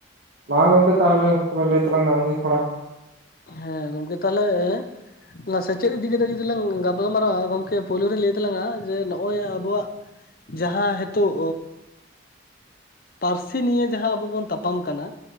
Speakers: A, on the right; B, on the left.
A: ᱢᱟ ᱜᱚᱢᱠᱮ ᱛᱟᱦᱚᱞᱮ ᱛᱚᱵᱮ ᱞᱟᱹᱭ ᱛᱟᱞᱟᱝ ᱢᱮ ᱟᱢᱜᱮ ᱛᱷᱚᱲᱟ ᱾
B: ᱦᱮᱸ ᱜᱚᱝᱠᱮ ᱛᱟᱦᱚᱞᱮᱼᱼ ᱚᱱᱟ ᱥᱮᱪᱮᱫ ᱤᱫᱤ ᱠᱟᱛᱮ ᱡᱩᱫᱤ ᱞᱟᱝ ᱜᱟᱯᱟᱞᱢᱟᱨᱟᱣᱟ ᱜᱚᱢᱠᱮ ᱯᱳᱭᱞᱳ ᱨᱤᱧ ᱞᱟᱹᱭ ᱛᱟᱞᱟᱝᱟ ᱡᱮ ᱱᱚᱜᱼᱚᱭ ᱟᱵᱚᱣᱟᱜᱼᱼ ᱡᱟᱦᱟᱸ ᱱᱤᱛᱚᱜᱼᱼ ᱯᱟᱹᱨᱥᱤ ᱱᱤᱭᱮ ᱡᱟᱦᱟᱸ ᱟᱵᱚ ᱵᱚᱱ ᱛᱟᱯᱟᱢ ᱠᱟᱱᱟ